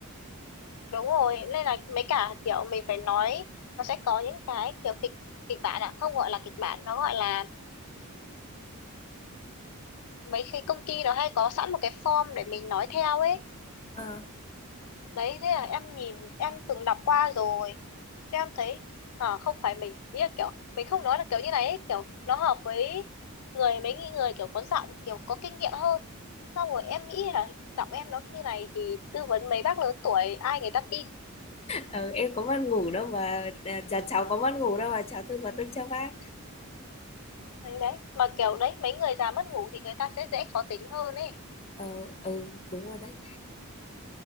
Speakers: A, on the left; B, on the left.
A: đúng rồi nên là mấy cả kiểu mình phải nói nó sẽ có những cái kiểu kịch kịch bản à không gọi là kịch bản nó gọi là mấy khi công ty nó hay có sẵn một cái form để mình nói theo ấy
B: Ờ,
A: đấy thế là em nhìn em từng đọc qua rồi thế em thấy à, không phải mình ý là kiểu mình không nói là kiểu như này ấy kiểu nó hợp với người mấy người kiểu có giọng kiểu có kinh nghiệm hơn xong rồi em nghĩ là giọng em nó như này thì tư vấn mấy bác lớn tuổi ai người ta tin
B: ờ, em có mất ngủ đâu mà à, dạ cháu có mất ngủ đâu mà cháu tư vấn được cho bác
A: Ừ, đấy mà kiểu đấy mấy người già mất ngủ thì người ta sẽ dễ khó tính hơn ấy
B: ờ ừ đúng rồi đấy